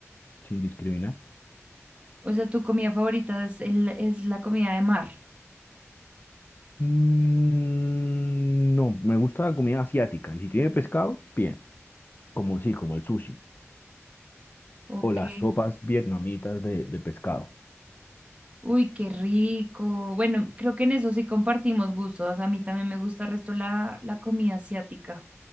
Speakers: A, on the left; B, on the right.
A: sin discriminar.
B: O sea, tu comida favorita es, el- es la comida de mar.
A: Mm, No, me gusta la comida asiática. Y si tiene pescado, bien. Como sí, como el sushi.
B: Ok.
A: O las sopas vietnamitas de, de pescado.
B: Uy, qué rico. Bueno, creo que en eso sí compartimos gustos. A mí también me gusta el resto la, la comida asiática.